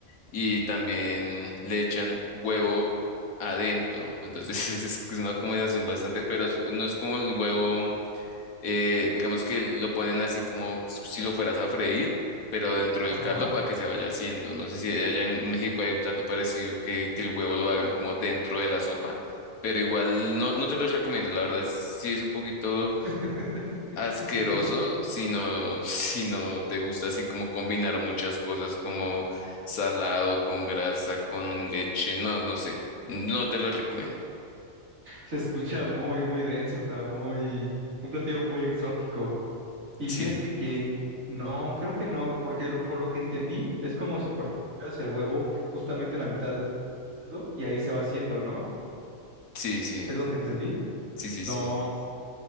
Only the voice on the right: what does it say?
Ajá.
<laughs>
Se, es-
se escucha muy, muy denso, o sea, muy, un platillo muy exótico. Y
fíjate que no, creo que no, porque lo, por lo que entendí es como si partieras el huevo justamente en la mitad ¿no? y ahí se va haciendo, ¿no?
¿Es lo Sí, que sí, entendí? sí,
No,
sí.